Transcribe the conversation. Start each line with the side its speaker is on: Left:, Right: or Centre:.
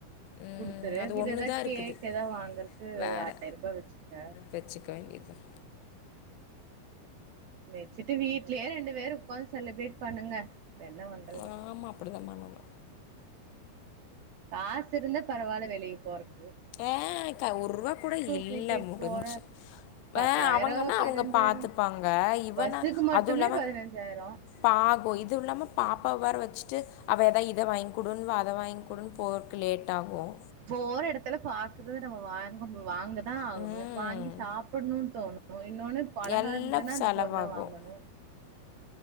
Left: ம்,
Right: குடுத்துரு
Left: அது
Right: இத
Left: ஒன்று
Right: எதா
Left: தான் இருக்குது
Right: கேக் ஏதாவது வாங்கதுக்கு
Left: வேறு
Right: ஆயிரம் ரூபா வச்சுக்க
Left: வச்சுக்க வேண்டியது தான்
Right: வச்சுட்டு வீட்லயே ரெண்டு பேர் உக்காந்து செலிப்ரேட் பண்ணுங்க இப்ப என்ன பண்றது
Left: ஆ ஆமா அப்படிதான் பண்ணணும்
Right: காசு இருந்த பரவால வெளிய போறது
Left: ஏக்கா ஒரு ரூபா கூட இல்ல
Right: கூட்டிட்டு
Left: முடிஞ்சு
Right: போற பத்தாயிரோ
Left: ஆஹ் அவுங்கன்னா
Right: பதினஞ்சாயிரோ
Left: அவுங்க பாத்துப்பாங்க இவனா
Right: பஸ்ஸுக்கு மட்டுமே
Left: அதுவும் இல்லாம
Right: பதினஞ்சாயிரோ
Left: பாகும் இது இல்லாம பாப்பாவ வேற வச்சுட்டு அவ ஏதாவது இதை வாங்கிக்குடுவா அத வாங்க கூட போகதுக்கு லேட் ஆகும்
Right: போற எடத்துல பாக்குறது நம்ம வாங்க வாங்குறது தான் ஆகணும்
Left: ம்
Right: வாங்கி சாப்பிடணும்னு தோணும் போய் இன்னொன்னு பழகா
Left: எல்லாம்
Right: இருந்ததுன்னா அந்த
Left: செலவாகும்
Right: பொருள வாங்கணும்